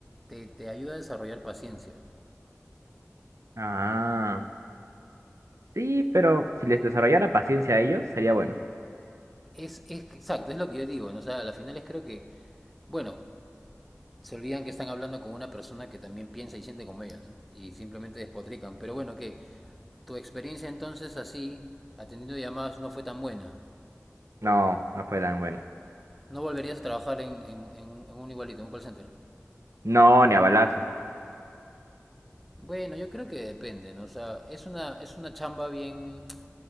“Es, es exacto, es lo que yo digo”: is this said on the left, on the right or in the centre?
Centre